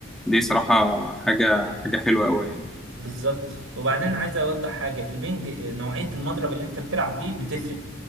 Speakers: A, in the centre; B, on the right.
A: دي صراحه حاجه حاجه حلوه قوي
B: بالظبط وبعدين عايز اوضح حاجه في البنج آه، نوعيه المضرب اللي انت بتلعب بيه بتفرق